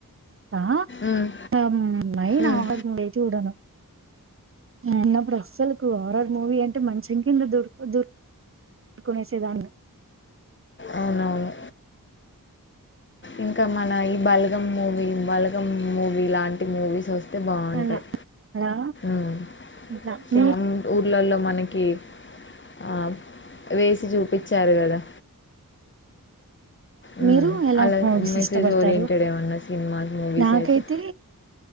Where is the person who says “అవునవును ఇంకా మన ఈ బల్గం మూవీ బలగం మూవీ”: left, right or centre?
Left